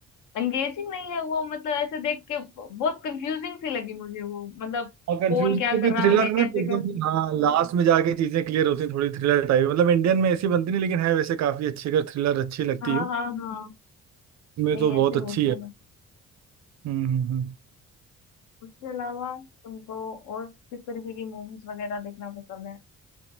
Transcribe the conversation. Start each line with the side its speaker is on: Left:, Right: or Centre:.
Left: एंगेजिंग नहीं है वो मतलब ऐसे देख के ब- बहुत कंफ्यूजिंग सी लगी मुझे वो मतलब
Right: और कंफ्यूजन
Left: कौन क्या
Right: से
Left: कर
Right: कोई
Left: रहा
Right: थ्रिलर
Left: है
Right: है ना
Left: कैसे
Right: तो एकदम
Left: कर
Right: हाँ लास्ट में जाके चीजें क्लियर होती हैं थोड़ी थ्रिलर टाइप मतलब इंडियन में ऐसी बनती नहीं लेकिन है वैसे काफी अच्छी अगर थ्रिलर अच्छी लगती
Left: हाँ
Right: हो
Left: हाँ हाँ
Right: मैं
Left: नहीं
Right: तो बहुत
Left: ऐसे होते
Right: अच्छी
Left: हैं
Right: है
Left: बस
Right: हम्म हम्म, हम्म।
Left: उसके अलावा तुमको और किस तरीके की मूवीज वगैरह देखना पसंद है